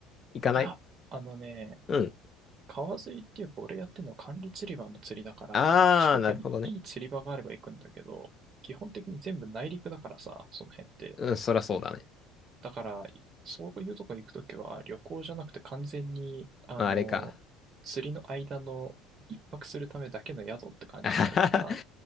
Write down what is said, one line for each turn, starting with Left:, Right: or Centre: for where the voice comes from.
Left: 行かない
Right: いや、あのね、
Left: うん。
Right: 川釣りっていうか俺やってるのは管理釣り場の釣りだから、
Left: あー、
Right: 近くにいい釣り場があれば行くんだけど、
Left: なるほどね。
Right: 基本的に全部内陸だからさ、その辺って。
Left: うん、そらそうだね。
Right: だから、そういうとこ行くときは、旅行じゃなくて完全に、あの、
Left: まあ、あれか。
Right: 釣りの間の一泊するためだけの宿って感じになるから、
Left: あははは